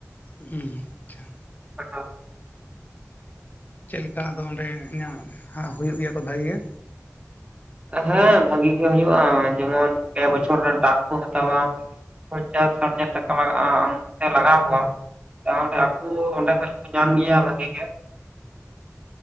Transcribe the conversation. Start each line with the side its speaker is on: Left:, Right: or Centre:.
Left: ᱟᱪᱪᱷᱟ,
Right: <unintelligible>
Left: ᱪᱮᱫ ᱞᱮᱠᱟ ᱟᱫᱚ ᱚᱸᱰᱮ ᱧᱟᱢ ᱦᱩᱭᱩᱜ ᱜᱮᱭᱟ ᱠᱚ ᱵᱷᱟᱹᱜᱮ ᱜᱮ᱾
Right: ᱦᱮᱸ ᱵᱷᱟᱹᱜᱤ ᱜᱮ ᱦᱩᱭᱩᱜᱼᱟ, ᱡᱮᱢᱚᱱ ᱯᱮ ᱵᱚᱪᱷᱚᱨ ᱜᱟᱱ ᱰᱟᱠ ᱠᱚ ᱦᱟᱛᱟᱣᱟ᱾ ᱯᱚᱧᱪᱟᱥ ᱥᱟᱴ ᱦᱟᱡᱟᱨ ᱴᱟᱠᱟ ᱞᱟᱜᱟᱜ-ᱟ ᱞᱟᱜᱟᱣ ᱠᱚᱣᱟ᱾ ᱛᱟᱦᱚᱞᱮ ᱟᱠᱚ ᱚᱸᱰᱮ ᱠᱷᱚᱡ ᱠᱚ ᱧᱟᱢ ᱜᱮᱭᱟ ᱵᱷᱟᱹᱜᱤ ᱜᱮ᱾